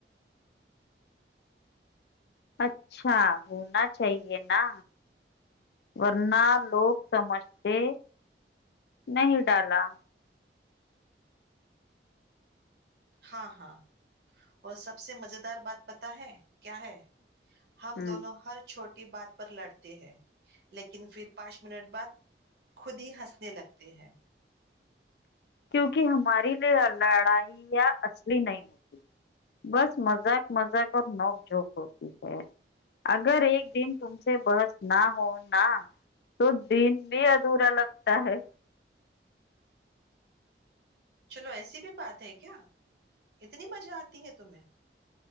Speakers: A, on the left; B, on the right.
A: اچھا ہونا چاہے نا ورنہ لوگ سمجھتے نہیں ڈالا
B: ہاں ہاں اور سب سے مز دار بات پتا ہے کیا ہے ہم
A: ہ
B: دونوں ہر چھوٹے بات پر لڑتے ہیں لیکن پھر پانچ منٹ بعد خود ہی ہنسنے لگتے ہیں
A: کیونکہ ہمارے لیے لڑائی یا اصلی نہیں ہوتی بس مذاق مذاق اور نوک جھوک ہوتی ہے اگر ایک دن تم سے بحس نہ ہونا تو دن بھی ادھورا لگتا ہے
B: چلو ایسی بھی بات ہے کیا اتنی مزہ آتی ہے تمہیں